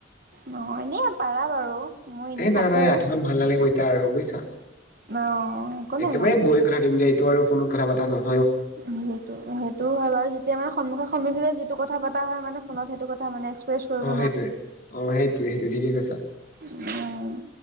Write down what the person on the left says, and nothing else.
এ নাই
নাই ৰাতিখন ভাল নালাগিব এতিয়া আৰু বুজিছা।
একেবাৰে গৈ কথা পাতিম দিয়া এইটো আৰু ফোনত কথা পাতা নয?
অ', সেইটোৱে, অ', সেইটোৱে সেইটোৱে ঠিকেই কৈছা।